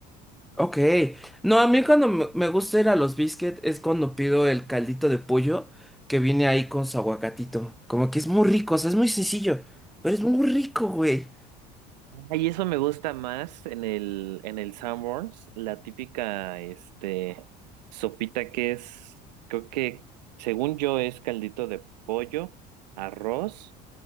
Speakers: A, in the centre; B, on the right.
A: Ok, no, a mí cuando me me gusta ir a los biscuits es cuando pido el caldito de pollo que viene ahí con su aguacatito, como que es muy rico, o sea, es muy sencillo, pero es muy rico, güey.
B: Ay, eso me gusta más en el, en el Sanborns, la típica, este, sopita que es, creo que, según yo, es caldito de pollo, arroz